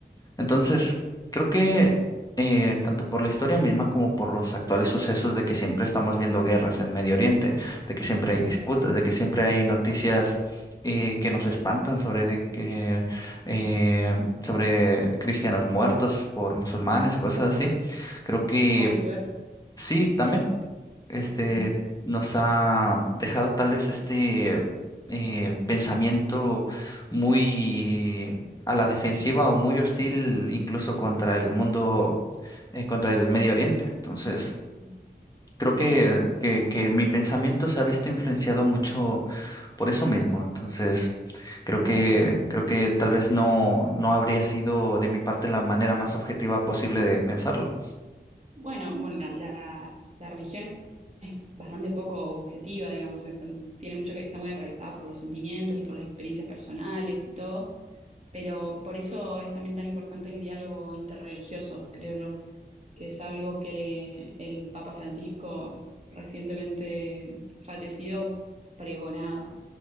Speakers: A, on the left; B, on the right.
A: entonces, creo que eh, tanto por la historia misma como por los actuales sucesos de que siempre estamos viendo guerras en Medio Oriente, de que siempre
B: ujú.
A: hay disputas, de que siempre hay noticias. eh, que nos espantan sobre de que eh, sobre cristianos muertos por musulmanes o cosas así. Creo que
B: O viceversa.
A: Sí, también, este,
B: Mm.
A: nos ha dejado tal vez este eh, pensamiento muy a la defensiva o muy hostil incluso contra el mundo, eh, contra el Medio Oriente. Entonces,
B: mm.
A: creo
B: Sí,
A: que,
B: sí,
A: que, que mi pensamiento se ha visto influenciado mucho por eso mismo. Entonces, creo
B: claro.
A: que, creo que tal vez no, no habría sido de mi parte la manera más objetiva posible de pensarlo.
B: Bueno, bueno, la, la, la religión bastante poco objetiva, digamos, eh, tam- tiene mucho que, está muy atravesada por los sentimientos y por las experiencias personales y todo, pero por eso es también tan importante el diálogo interreligioso, creo yo, que es algo que el Papa Francisco recientemente fallecido pregonaba